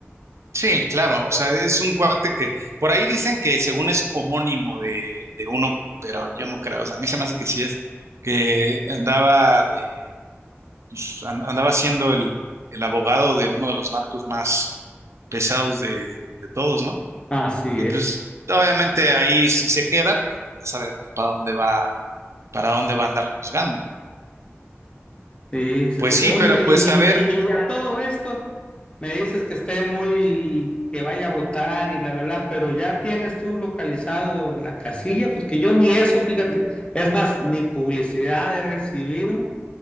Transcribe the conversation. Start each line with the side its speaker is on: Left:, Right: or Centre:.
Right: sí, claro. O sea, es un cuate que por ahí dicen que según es homónimo de, de uno, pero yo no creo. O sea, a mí se me hace que sí es, que andaba de pues, an- andaba siendo el, el abogado de uno de los narcos más pesados de, de todos, ¿no?
Left: Así
Right: Y
Left: es.
Right: pues obviamente ahí si se queda, pues, ya sabemos para dónde va, para dónde va a andar juzgando, ¿no?
Left: Sí, sí,
Right: Pues
Left: sí.
Right: sí,
Left: Oye,
Right: pero pues
Left: y,
Right: a ver,
Left: y a todo esto me dices que esté muy, que vaya a votar y bla, bla, bla, pero ya tienes tú localizado la casilla, pues que yo ni eso, fíjate, es más, ni publicidad he recibido,